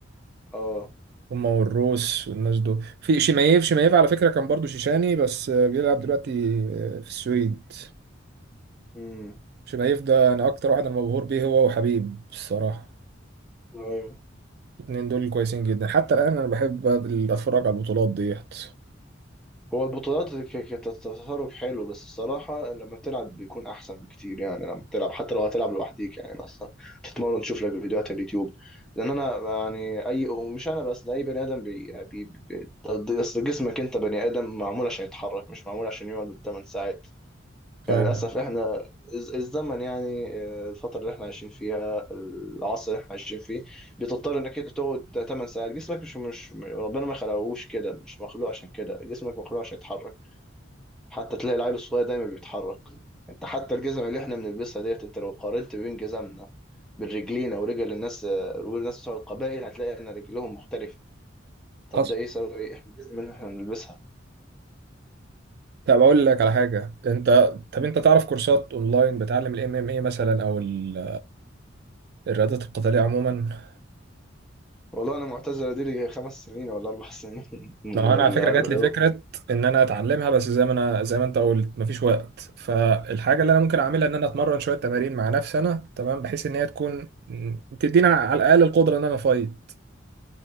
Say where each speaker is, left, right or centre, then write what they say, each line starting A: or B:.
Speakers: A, in the centre; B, on the right.
A: اه
B: هما والروس والناس دول في شمايف شمايف على فكره كان برضو شيشاني بس بيلعب دلوقتي في السويد
A: امم
B: شمايف ده انا اكتر واحد انا مبهور بيه هو وحبيب الصراحه
A: ايوه
B: الاتنين دول كويسين جدا حتى الآن أنا بحب أتفرج على البطولات ديت
A: هو البطولات ك- كتتصرف حلو بس الصراحة لما تلعب بيكون أحسن بكتير يعني لما تلعب حتى لو هتلعب لوحديك يعني مثلا تتمرن تشوف لك فيديوهات على اليوتيوب لأن أنا يعني أي ومش أنا بس ده أي بني آدم بي بي بي أصل جسمك أنت بني آدم معمول عشان يتحرك مش معمول عشان يقعد 8 ساعات
B: فاهم
A: يعني للأسف إحنا الز- الزمن يعني آه، الفترة اللي إحنا عايشين فيها العصر اللي إحنا عايشين فيه بتضطر إنك أنت تقعد 8 ساعات جسمك مش مش ربنا ما خلقهوش كده مش مخلوق عشان كده جسمك مخلوق عشان يتحرك حتى تلاقي العيل الصغير دايما بيتحرك أنت حتى الجزم اللي إحنا بنلبسها ديت أنت لو قارنت بين جزمنا بين رجلينا ورجل الناس آه، ورجل الناس بتوع القبائل هتلاقي إن رجلهم مختلفة طب
B: حصل
A: ده إيه سبب إيه إحنا الجزم اللي إحنا بنلبسها
B: طب أقول لك على حاجة أنت طب أنت تعرف كورسات أونلاين بتعلم ال MMA مثلا أو ال- الرياضات القتالية عموما
A: والله أنا معتزلة دي لي خمس سنين ولا أربع سنين <laughs> من
B: ما هو أنا
A: الرياضة
B: على فكرة جات لي فكرة إن أنا أتعلمها بس زي ما أنا زي ما أنت قلت مفيش وقت فالحاجة اللي أنا ممكن أعملها إن أنا أتمرن شوية تمارين مع نفسي أنا تمام بحيث إن هي تكون م، تدينا على الأقل القدرة إن أنا أفايت